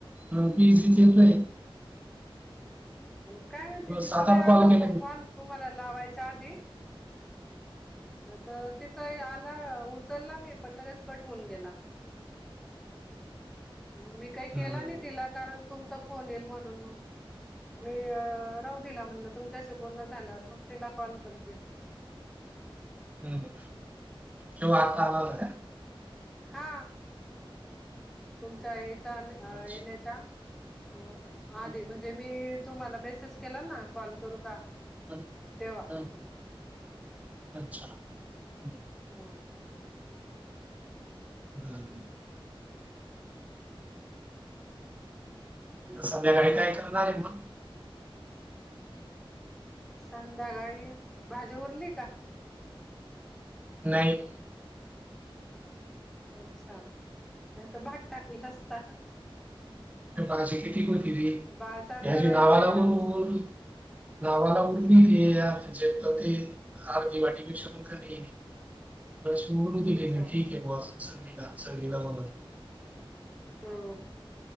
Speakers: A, on the right; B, in the centre.
A: मंग पी सी. <unintelligible>
B: हा काय म्हणती
A: अ,
B: तिचा
A: सात
B: बी
A: आठ
B: आला
A: कॉल
B: होता
A: केले मी.
B: कॉल तुम्हाला लावायच्या आदी तर तिचा ही आला उचलला मी पण लगेच कट होऊन गेला. मंग मी काही केला
A: हं,
B: नाही तिला कारण तुमचा फोन येईल म्हणून मंग. मी अ राहू दिला म्हणलं तुमच्याशी बोलणं झाल्यावर मग तिला कॉल करते.
A: हम्म तो आता आला होता काय?
B: हा तुमच्या याचा आन अ
A: अच्छा.
B: येणेचा. हो आदी
A: हं,
B: म्हणजे मी तुम्हाला मेसेज केला ना कॉल करू का.
A: <unintelligible>
B: तेव्हा
A: अच्छा. हं, हं.
B: हां.
A: बरं आहे म. संध्याकाळी काय करणार आहे म?
B: संध्याकाळी भाजी उरली का?
A: नाही.
B: अच्छा नाही तर भात टाकले असता.
A: त्या भाजी किती गं होती रे
B: बाजार
A: त्याची
B: करायचाय
A: नावा लागून
B: आज
A: नावाला <unintelligible> आर्धी वाटीपेक्षा पण कमी आहे. तशी मोडू दिले
B: अच्छा
A: मी ठीक आहे बस चवीला चवीला म्हणून.
B: हो.